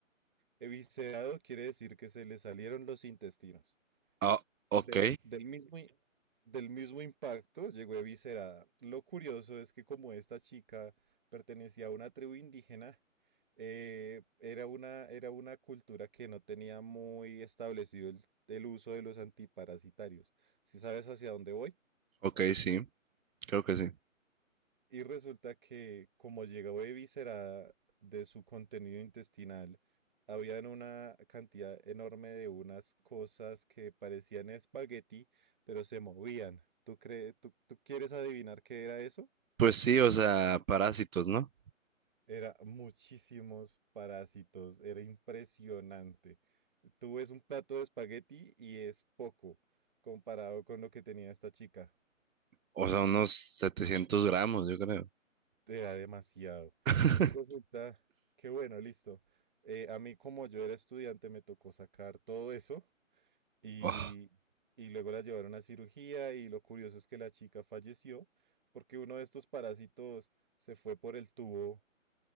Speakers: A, on the right; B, on the right.
A: Eviscerado quiere decir que se le salieron los intestinos.
B: Ah, ok,
A: Del, del mismo, i- del mismo impacto llegó eviscerada. Lo curioso es que como esta chica pertenecía a una tribu indígena, eh, era una, era una cultura que no tenía muy establecido el, el uso de los antiparasitarios. ¿Si sabes hacia dónde voy?
B: ok, sí. Creo que sí.
A: Y resulta que como llegó eviscerada de su contenido intestinal, habían una cantidad enorme de unas cosas que parecían espagueti, pero se movían. ¿Tú crees, tú, tú quieres adivinar qué era eso?
B: Pues sí, o sea, parásitos, ¿no?
A: Era muchísimos parásitos, era impresionante. Tú ves un plato de espagueti y es poco comparado con lo que tenía esta chica.
B: O sea, unos 700 gramos, yo creo.
A: Era demasiado.
B: <laughs>
A: Y resulta que, bueno, listo. Eh, a mí, como yo era estudiante, me tocó sacar todo eso y,
B: Oh.
A: y luego la llevaron a cirugía y lo curioso es que la chica falleció porque uno de estos parásitos se fue por el tubo